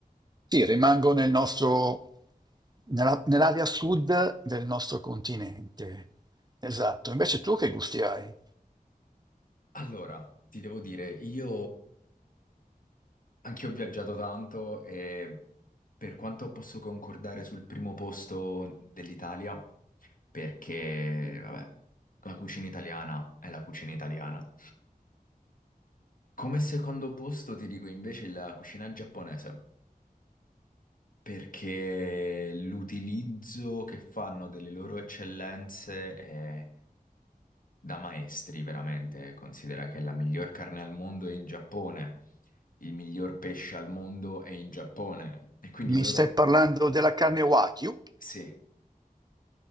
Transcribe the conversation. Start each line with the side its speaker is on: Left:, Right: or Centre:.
Right: Sì, rimango nel nostro, nella- nell'area sud del nostro continente. Esatto. Invece tu che gusti hai?
Left: <laughs> Allora, ti devo dire, io anch'io ho viaggiato tanto e per quanto posso concordare sul primo posto dell'Italia, perché, vabbè, la cucina italiana è la cucina italiana. Come secondo posto ti dico invece la cucina giapponese, perché l'utilizzo che fanno delle loro eccellenze è da maestri, veramente. Considera che la miglior carne al mondo è in Giappone, il miglior pesce al mondo è in Giappone. E quindi
Right: Mi
Left: loro,
Right: stai parlando della carne Wagyu?
Left: sì,